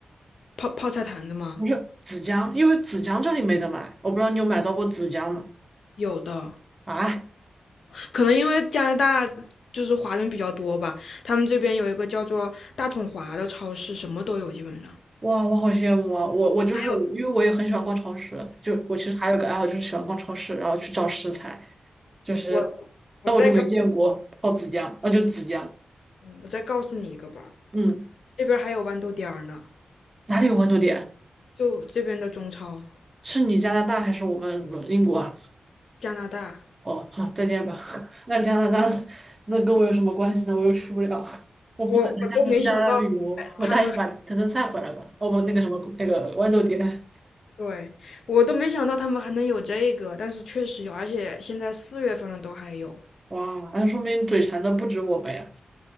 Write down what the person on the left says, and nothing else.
泡泡菜坛子吗？
有的。
可能因为加拿大就是华人比较多吧，他们这边有一个叫做大统华的超市，什么都有，基本上。
还有
我我再告
嗯我再告诉你一个吧，
这边还有豌豆颠儿呢，
就这边的中超，
加拿大，
我我都没想到
他们还
对我都没想到他们还能有这个，但是确实有，而且现在四月份了都还有。